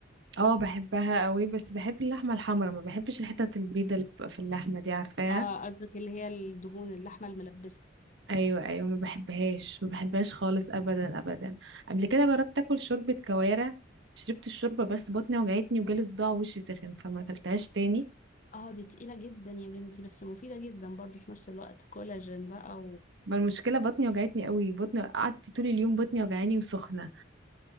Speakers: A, on the right; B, on the left.
A: اه بحبها قوي بس بحب اللحمه الحمرا ما بحبش الحتت البيضه اللي بتبقى في اللحمه دي عارفاها
B: اه قصدك اللي هي الدهون اللحمة الملبسة
A: ايوه ايوه ما بحبهاش ما بحبهاش خالص ابدا ابدا قبل كده جربت اكل شوربه كوارع شربت الشوربه بس بطني وجعتني وجالي صداع ووشي سخن فما اكلتهاش تاني
B: اه دي تقيلة جدا يا بنتي بس مفيدة جدا برضو في نفس الوقت كولاجين بقى
A: ما المشكله بطني وجعتني قوي بطني قعدت طول اليوم بطني وجعاني وسخنه